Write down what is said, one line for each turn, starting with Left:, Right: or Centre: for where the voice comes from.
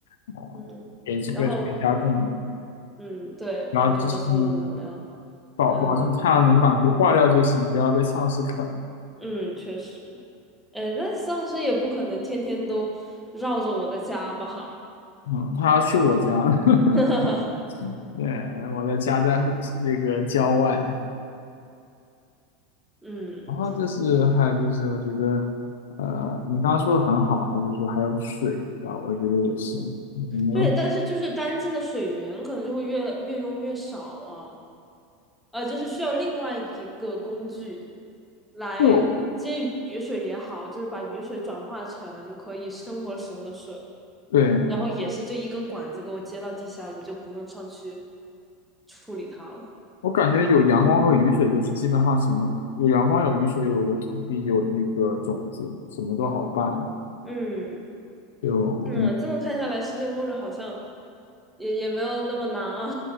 Left: 啊、呃给这个全家供的，
Centre: 嗯，然后嗯对，
Left: 然后就是
Centre: 然后就把所有的能量，
Left: 保保证太阳能板不坏掉就行，
Centre: 呃
Left: 不要被丧尸啃。
Centre: 嗯，确实，哎，那丧尸也不可能天天都绕着我的家吧？
Left: 嗯，他要去我家，<laughs>
Centre: <laughs>
Left: 对，我的家在那个郊外。
Centre: 嗯，
Left: 然后就是还有就是，我觉得，呃，你刚刚说的很好啊，就是还有水吧，我觉得也是，就是没有
Centre: 对，但是就是干净的水源可能就会越越用越少啊，呃，就是需要另外一个工具来接雨雨水也好，
Left: 就
Centre: 就是把雨水转化成可以生活使用的水，
Left: 对
Centre: 然后也是就一根管子给我接到地下，我就不用上去处理它了。
Left: 我感觉有阳光和雨水，就是基本上什么有阳光、有雨水、有有土地、有那个种子，什么都好办。
Centre: 嗯。
Left: 就
Centre: 嗯，
Left: OK。
Centre: 这么看下来，世界末日好像也也没有那么难啊。